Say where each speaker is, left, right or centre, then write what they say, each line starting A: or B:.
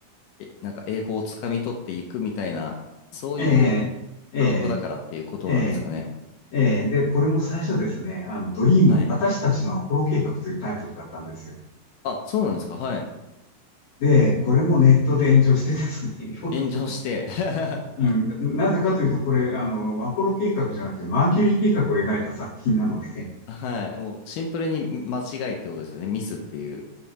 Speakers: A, on the left (about 75°); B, on the left (about 50°).
A: う、え、なんか栄光をつかみ取っていくみたいな、そういう
B: えー、え
A: プロットだからっていうことなんですかね。
B: ー、えー、えー、で、これも最初ですね、あの、ドリーム、
A: はい。
B: 私たちのアポロ計画というタイトルだったんですよ。
A: あ、そうなんですか。はい。
B: で、これもネットで炎上してですね、<laughs>
A: 炎上して <laughs>
B: うん、なぜかというと、これ、あの、アポロ計画じゃなくて、マーキュリー計画を描いた作品なので、
A: はい。もうシンプルに間違いってことですよね。ミスっていう。